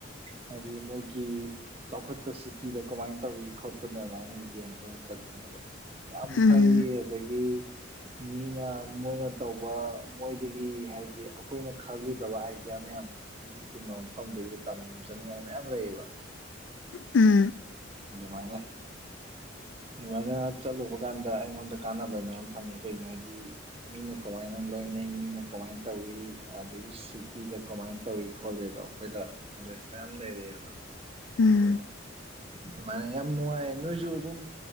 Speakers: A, on the right; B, on the left.
A: ꯍꯥꯏꯗꯤ ꯃꯣꯏꯒꯤꯤ ꯆꯥꯎꯈꯠꯄ ꯁꯤꯇꯤꯗ ꯀꯃꯥꯏꯅ ꯇꯧꯋ ꯈꯣꯠꯄꯅ ꯑꯗꯨꯃꯥꯏꯅ ꯌꯦꯡꯕ ꯑꯣꯏꯅ ꯆꯠꯄꯅꯦꯕ ꯌꯥꯝ
B: ꯎꯝ
A: ꯐꯩ ꯑꯗꯒꯤ ꯃꯤꯅ ꯃꯣꯏꯅ ꯇꯧꯕ ꯃꯣꯏꯗꯒꯤ ꯍꯥꯏꯗꯤ ꯑꯩꯈꯣꯏꯅ ꯈꯜꯂꯨꯗꯕ ꯑꯥꯏꯗꯤꯌꯥ ꯃꯌꯥꯝ ꯃꯤ ꯇꯤꯟꯕ ꯃꯐꯝꯗꯒꯤ ꯇꯝꯖꯅꯤꯡꯉꯥꯏ ꯃꯌꯥꯝ ꯂꯩꯌꯦꯕ
B: ꯎꯝ
A: ꯑꯗꯨꯃꯥꯏꯅ ꯑꯗꯨꯃꯥꯏꯅ ꯆꯠꯂꯨꯕ ꯀꯥꯟꯗ ꯑꯩꯉꯣꯟꯗ ꯀꯥꯟꯅꯕ ꯃꯌꯥꯝ ꯐꯪꯉꯤ ꯀꯩꯒꯤꯅꯣ ꯍꯥꯏꯗꯤ ꯃꯤꯅ ꯀꯃꯥꯏꯅ ꯂꯣꯏꯅꯩ ꯃꯤꯅ ꯀꯃꯥꯏꯅ ꯇꯧꯋ ꯑꯗꯒꯤ ꯁꯤꯇꯤꯗ ꯀꯃꯥꯏꯅ ꯇꯧꯋꯤ ꯈꯣꯂꯦꯗꯣ ꯑꯩꯈꯣꯏꯗ ꯀꯣꯂꯦꯖ ꯃꯌꯥꯝ ꯂꯩꯔꯛꯑꯦꯕ
B: ꯎꯝ
A: ꯑꯗꯨꯃꯥꯏꯅ ꯌꯥꯝ ꯅꯨꯡꯉꯥꯏ ꯅꯣꯏꯖꯨ ꯑꯗꯨꯝ